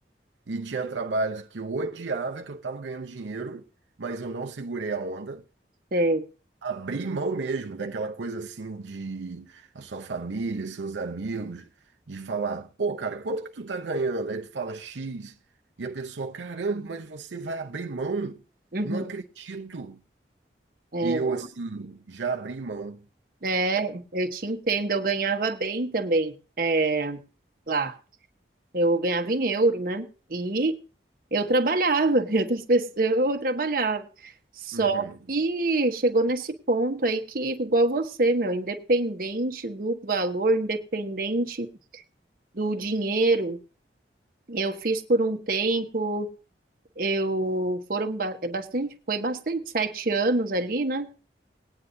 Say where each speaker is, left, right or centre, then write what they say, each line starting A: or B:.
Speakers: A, on the right; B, on the right.
A: E tinha trabalhos que eu odiava, que eu estava ganhando dinheiro, mas eu não segurei a onda.
B: Sei.
A: Abri mão mesmo daquela coisa assim de a sua família, seus amigos, de falar, pô, cara, quanto que tu tá ganhando? Aí tu fala X, e a pessoa, caramba, mas você vai abrir mão?
B: Uhum.
A: Não acredito.
B: É.
A: E eu assim, já abri mão.
B: É, eu te entendo. Eu ganhava bem também. É, lá. Eu ganhava em euro, né? E eu trabalhava, <laughs> e outras pessoas, eu trabalhava. Só
A: Uhum,
B: que chegou nesse ponto aí que, igual você, meu, independente do valor, independente do dinheiro, eu fiz por um tempo, eu foram ba- é bastante, foi bastante, sete anos ali, né?